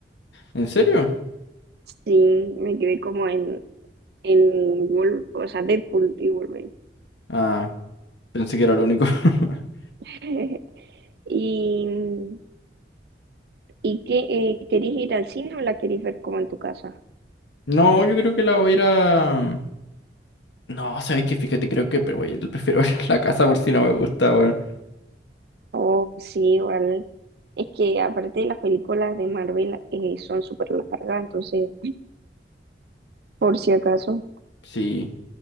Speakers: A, on the left; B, on the right.
A: ¿en serio?
B: Sí, me quedé como en, en Wol- o sea, Deadpool y Wolverine.
A: Ah, pensé que era lo único. <laughs>
B: <laughs> ¿Y, y qué? eh, ¿querés ir al cine o la querés ver como en tu casa?
A: No, yo creo que la voy a ir a... mm, No, sabéis que fíjate, creo que, pero güey, prefiero <laughs> ver la casa por si no me gusta, weón.
B: Oh, sí, igual. Es que aparte las películas de Marvel eh, son súper largas, entonces, por si acaso.
A: Sí.